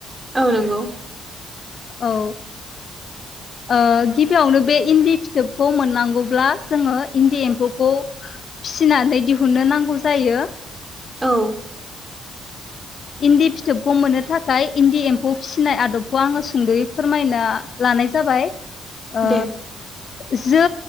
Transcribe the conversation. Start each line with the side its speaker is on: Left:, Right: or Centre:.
Right: औ नंगौ।
Left: औ। ओ‌ गिबियावनो बे इन्दि फिथोब खौ मोननांगौब्ला जोङो इन्दि एम्फौखौ फिसिनानै दिहुननो नांगौ जायो।
Right: औ।
Left: इन्दि फिथोबखौ मोननो थाखाय इन्दि एम्फौ फिसिनाय आदबखौ आङो सुंद'यै फोरमायना लानाय जाबाय ओ
Right: दे।
Left: जो